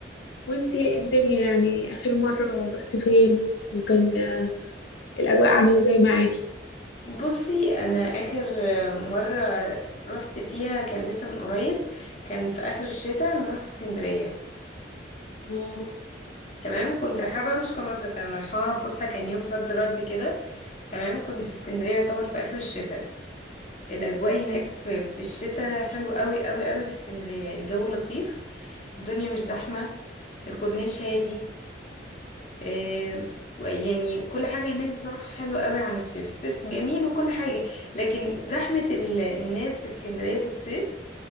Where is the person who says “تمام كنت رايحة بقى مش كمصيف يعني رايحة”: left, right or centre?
Left